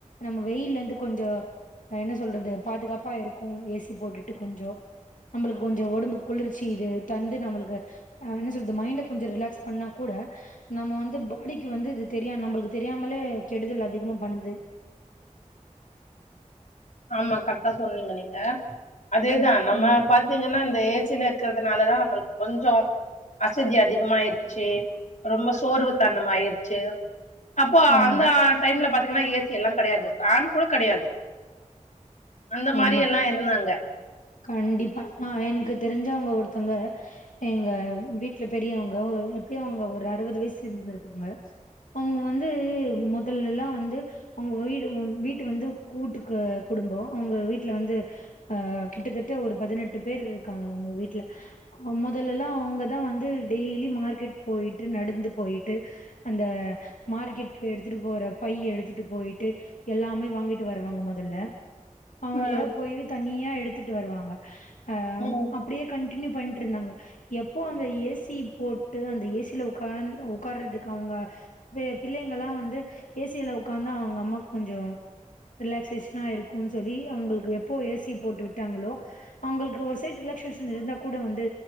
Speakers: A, on the left; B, on the left.
A: நம்ம வெயில்ல இருந்து கொஞ்சோ என்ன சொல்றது பாதுகாப்பா இருக்கு ஏசி போட்டுட்டு கொஞ்சோ நம்மளுக்கு கொஞ்சோ உடம்புக் குளிர்ச்சி இது தந்து நம்மளுக்கு அ என்ன சொல்றது மைண்ட கொஞ்சோ ரிலாக்ஸ் பண்ணா கூட நம்ம வந்து பாடிக்கு வந்து இது தெரியா நம்மளுக்கு தெரியாமலே கெடுதல் அதிகமா பண்ணுது
B: ஆமா கரெக்டா சொன்னீங்க நீங்க அதேதா நம்ம
A: ம்
B: பா த்தீங்கன்னா இந்த ஏசில இருக்கிறதுனாலதா நம்மளுக்கு கொஞ்சோ அசதி அதிகமாயிடுச்சு ரொம்ப சோர்வு தனம் ஆயிருச்சு அப்போ
A: ஆமா
B: அந்த டைம்ல பாத்தீங்கன்னா ஏசி எல்லா கெடையாது ஃபேன் கூட கெடையாது அந்த மாரி
A: ஆமா
B: எல்லா இருந்தாங்க
A: கண்டிப்பா நா எனக்கு தெரிஞ்சவங்க ஒருத்தங்க எங்க விட் ல பெரியவங்க ஒரு எப்டியு அவுங்க ஒரு அறுவது வயசு இருந்திருக்குங்க அவுங்க வந்து மொதல்லல்லா வந்து அவுங்க வீடு வீட்டு வந்து கூட்டுக்கு குடும்ப அவங்க வீட்ல வந்து அ கிட்டத்தட்ட ஒரு பதினெட்டு பேர் இருக்காங்க அவங்க வீட்ல மொதல்லல்லா அவங்கதா வந்து டெய்லி மார்க்கெட் போய்ட்டு நடந்து போய்ட்டு அந்த மார்க்கெட்டுக்கு எடுத்துட்டு போற பைய எடுத்துட்டு போய்ட்டு எல்லாமே வாங்கிட்டு வருவாங்க மொதல்ல அவங்களா
B: ம்
A: போய் தனியா எடுத்துட் வருவாங்க அ
B: ம்
A: அப்டியே கண்டின்யூ பண்ணிட்டு இருந்தாங்க எப்போ அந்த ஏசி போட்டு அந்த ஏசில உக்காந் உக்கார்றதுக்கு அவங்க பிள்ளைங்கள்ளா வந்து ஏசில உக்காந்தா அவங்க அம்மாக் கொஞ்சோ ரிலாக்சேஷனா இருக் குன் சொல்லி அவங்களுக்கு எப்போ ஏசி போட்டு விட்டாங்களோ அவங்களுக்கு ஒரு சைடு ரிலாக்க்ஷே இருந்தா கூட வந்து